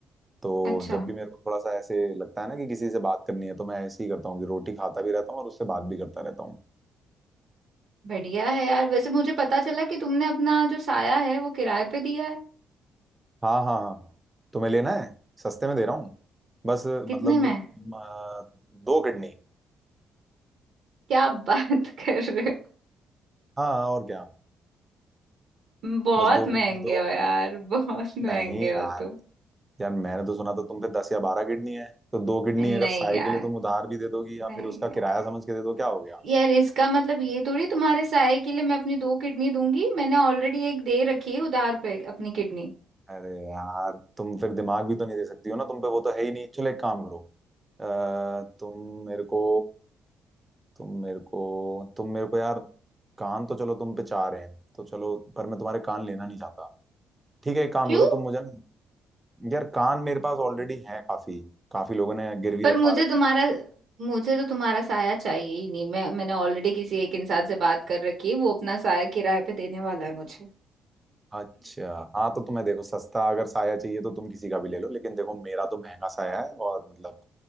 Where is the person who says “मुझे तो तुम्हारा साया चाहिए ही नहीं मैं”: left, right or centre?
Right